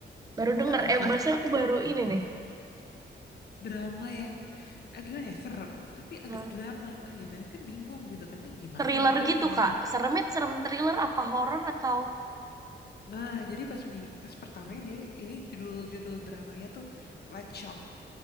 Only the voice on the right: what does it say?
Baru denger,
eh bahasanya
aku baru ini nih.
Hmm.
Thriller
gitu
Kak.
Seremnya serem thriller apa horor atau?